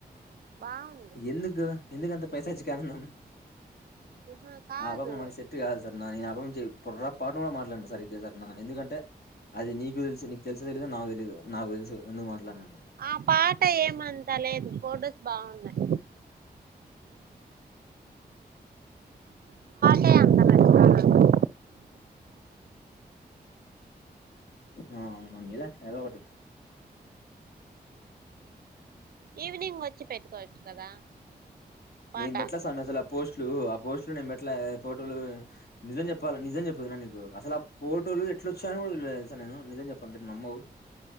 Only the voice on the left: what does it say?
ఎందుకు ఎందుకంత పైశాచిక ఆనందం
ఆ పాప మనకి సెట్ కాదు సర్నా నేను ఆ పాప ను పొర్రాపాటున కూడా మాట్లాడను సరిగ్గా సర్నా నేను ఎందుకంటే అది నీకు తెలుసు నీకు తెలుసో తెలీదో నాకు తెలీదు నాకు తెలుసు ఎందుకు మాట్లాడను
ఆ ఉన్నీలే ఏదో ఒకటి
నేను పెట్లే సామి అసలా పోస్ట్లు ఆ పోస్ట్లు నేను పెట్ల ఆ పో టోలు నిజం చెప్పాలా నిజం చెప్పుదున్న నీకు అసల అ పోటోలు ఎట్లోచాయని కూడా తెలవదు తెల్సా నేను నిజం చెప్పాలంటే నమ్మవు